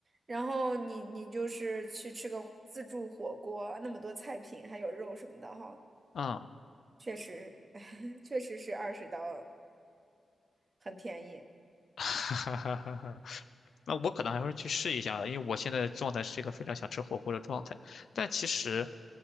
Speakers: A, on the right; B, on the left.
A: 然后你你就是去吃个自助火锅，那么多菜品，还有肉什么的哈，
B: 嗯，<laughs>
A: 确实，<laughs> 确实是二十刀，很便宜。
B: 哈哈哈哈。那我可能还会去试一下的因为我现在的状态是一个非常想吃火锅的状态。但其实，